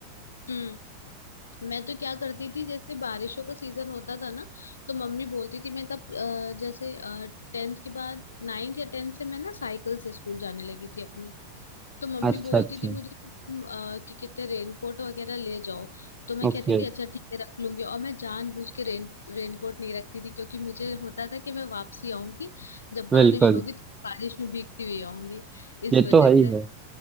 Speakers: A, on the left; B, on the right.
A: हम्म मैं तो क्या करती थी जैसे बारिशों का सीजन होता था ना तो मम्मी बोलती थी मैं तब अ, जैसे टेंथ के बाद नाइन्थ या टेंथ से मैं ना साइकिल से स्कूल जाने लगी थी अपनी तो मम्मी
B: अच्छा
A: बोलती
B: अच्छा
A: थी मुझे कि तुम अ, कि कितने रेनकोट वगैरह ले जाओ तो मैं
B: ओके
A: कहती थी अच्छा ठीक है रख लूंगी और मैं जानबूझ के रेन रेनकोट नहीं रखती थी क्योंकि मुझे होता था कि मैं वापसी आऊंगी जब बारिश
B: बिल्कुल
A: होगी तो बारिश में भीगती हुई आऊंगी इस
B: ये
A: वजह
B: तो है ही
A: से
B: है